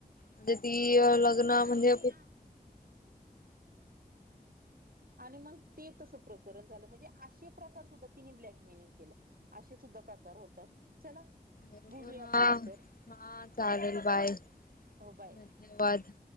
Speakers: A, on the left; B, on the right.
A: म्हणजे ती लग्न
B: आणि
A: म्हणजे
B: आणि मग ते तसं प्रकरण झालं म्हणजे असे प्रकार सुद्धा तिने ब्लॅकमेलिंग केलं असशे सुद्या प्रकार होतात चला
A: बरोबर
B: बोलूया आपण
A: हा
B: नंतर
A: हा चालेल बाय धन्यवाद
B: हो बाय